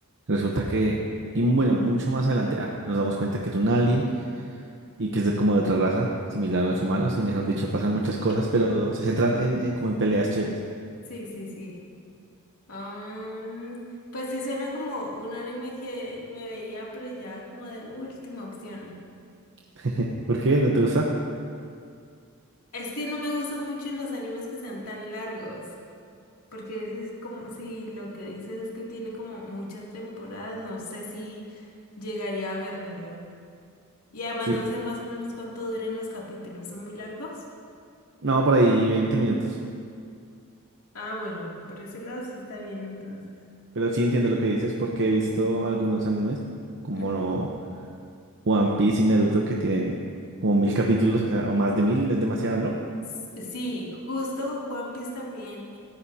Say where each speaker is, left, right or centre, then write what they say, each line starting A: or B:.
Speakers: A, on the right; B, on the left.
A: Resulta que, y bueno, mucho más adelante ah, nos damos cuenta que es un alien. y que es de, como de otra raza, similar a los humanos, y mejor dicho, pasan muchas
B: okay.
A: cosas, pero se centran en, en como en peleas chéveres.
B: Sí, sí, sí. Am, pues sí suena como un anime que me vería, pero ya como de última opción.
A: <laughs> ¿Por qué? ¿No te gusta?
B: Es que no me gustan mucho los animes que sean tan largos, porque ese es como si lo que dices es que tiene como muchas temporadas, no sé si llegaría a vérmelo. Y además
A: Sí,
B: no sé más o menos cuánto duren los capítulos, ¿son muy largos?
A: no, por ahí 20 minutos,
B: Ah, bueno, por ese lado sí está bien entonces.
A: pero sí entiendo lo que dices porque he visto algunos animes, como
B: Ujú.
A: no- One Piece y Naruto, que tienen como mil capítulos, o sea, o más de mil, es demasiado, ¿no?
B: S- Sí, justo One Piece también.